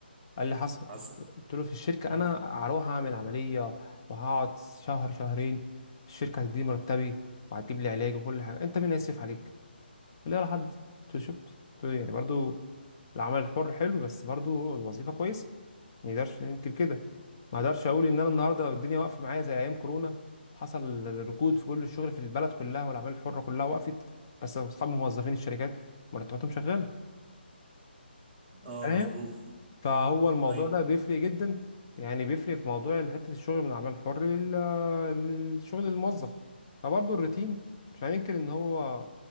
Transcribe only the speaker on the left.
قال لي حصل
قلت له في الشركه
انا هروح اعمل عمليه وهقعد شهر شهرين الشركه هتديني مرتبي وهتجيب لي علاج وكل حاجه انت مين هيصرف عليك اللي هي لحد تشوف يعني برضو العمل الحر حلو بس برضو الوظيفة كويسة ما نقدرش ننكر كده ما اقدرش اقول ان انا النهارده الدنيا واقفة معايا زي ايام كورونا حصل ركود في كل الشغل في البلد كلها والاعمال الحرة كلها وقفت بس اصحاب موظفين الشركات مرتباتهم شغالة
فاهم
فهو الموضوع
ده بيفرق جدا يعني بيفرق في موضوع حتة الشغل من العمل الحر لل- للشغل الموظف فبرضه الروتين مش هننكر ان هو